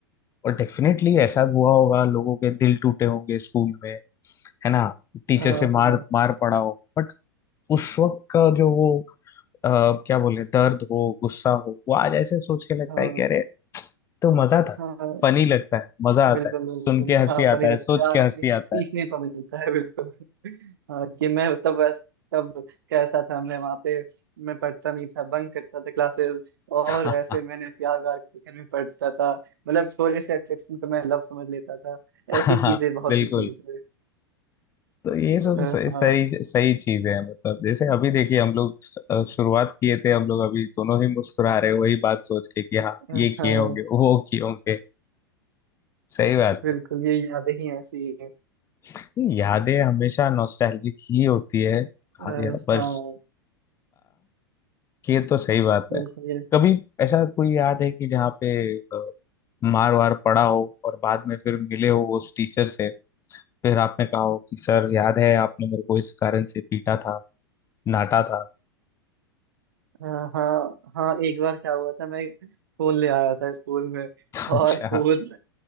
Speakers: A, on the left (about 25°); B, on the right (about 60°).
A: और डेफिनेटली ऐसा हुआ होगा लोगों के दिल टूटे होंगे स्कूल में है ना टीचर
B: हाँ
A: से मार
B: हाँ
A: मार पड़ा हो बट उस वक्त का जो वो अ, क्या बोले दर्द हो गुस्सा हो वो आज ऐसे सोच के लगता
B: हाँ
A: है कि अरे तो मजा था
B: हाँ
A: फनी लगता है मजा
B: बिल्कुल
A: आता है सुन
B: बिल्कुल
A: के हंसी
B: हाँ फनी
A: आता
B: लगता
A: है सोच
B: है आदमी
A: के हंसी आता
B: सीखने
A: है
B: को मिलता है बिल्कुल हाँ कि मैं तब बस तब कैसा था मैं वहाँ पे मैं पढ़ता नहीं था बंक करता था क्लासेस और
A: <laughs>
B: ऐसे मैंने प्यार व्यार के चक्कर में पढ़ता था मतलब छोटे से अट्रैक्शन को मैं लव समझ लेता था
A: हाँ
B: ऐसी चीजें बहुत
A: बिल्कुल
B: सी चीजें
A: तो ये सब
B: अ,
A: सही
B: हाँ
A: सही सही चीज है मतलब जैसे अभी देखिए हम लोग अ, शुरुआत किए थे हम लोग अभी दोनों ही मुस्कुरा रहे हैं, वही बात सोच के कि हाँ
B: अ,
A: ये
B: हाँ
A: किए होंगे वो किए होंगे सही बात
B: बिल्कुल ये यादें ही ऐसी हैं
A: है यादें हमेशा नॉस्टैल्जिक ही होती है हाँ
B: अ,
A: यार बस
B: हाँ
A: ये तो सही बात
B: बिल्कुल
A: है
B: ये
A: कभी ऐसा कोई याद है कि जहाँ पे अ, मार वार पड़ा हो और बाद में फिर मिले हो उस टीचर से फिर आपने कहा हो कि सर याद है आपने मेरे को इस कारण से पीटा था डांटा था
B: हाँ हाँ हाँ एक बार क्या हुआ था मैं फोन ले आया था स्कूल में
A: <laughs>
B: और
A: अच्छा
B: फोन